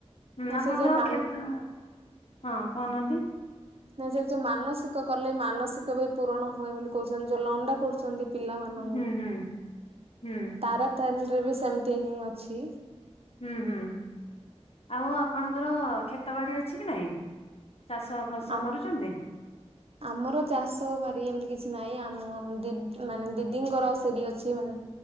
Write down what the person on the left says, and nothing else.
ହୁଁ
ଆପଣଙ୍କର
କ୍ଷେତ ହଁ କହୁନାହାନ୍ତି।
ହୁଁ ହୁଁ ହୁଁ
ହୁଁ ହୁଁ ଆଉ ଆପଣଙ୍କର ଖ୍ଷେତ ବାଡି ଅଛି କି ନାଇଁ? ଚାଷ ବାସ
କରୁଛନ୍ତି?